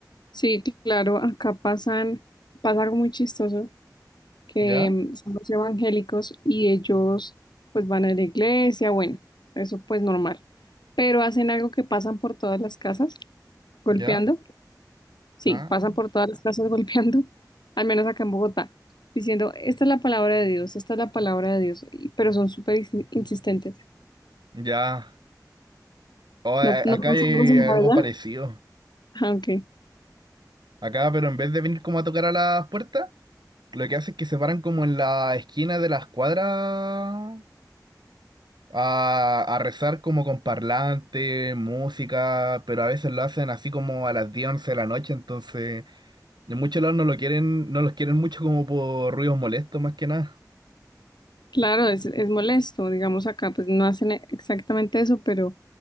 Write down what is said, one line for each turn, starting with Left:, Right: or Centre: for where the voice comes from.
Left: Sí, claro, acá pasan, pasa algo muy chistoso, que
Right: ¿Ya?
Left: mm, son los evangélicos y ellos pues van a la iglesia, bueno, eso pues normal, pero hacen algo que pasan por todas las casas golpeando,
Right: ¿Ya?
Left: sí,
Right: Ah,
Left: pasan
Right: ah,
Left: por todas las casas <laughs> golpeando, al menos acá en Bogotá, diciendo, esta es la palabra de Dios, esta es la palabra de Dios, y- pero son súper insi- insistentes.
Right: ya. Oh, a-
Left: No, no
Right: acá
Left: pasa
Right: hay
Left: algo similar
Right: algo
Left: allá.
Right: parecido.
Left: Ah, ok.
Right: Acá, pero en vez de venir como a tocar a las puertas, lo que hace es que se paran como en la esquina de las cuadras a, a rezar como con parlante, música, pero a veces lo hacen así como a las 10 11 de la noche, entonces... De muchos lados no lo quieren, no los quieren mucho como por ruidos molestos más que nada.
Left: Claro, es, es molesto, digamos acá, pues no hacen e- exactamente eso, pero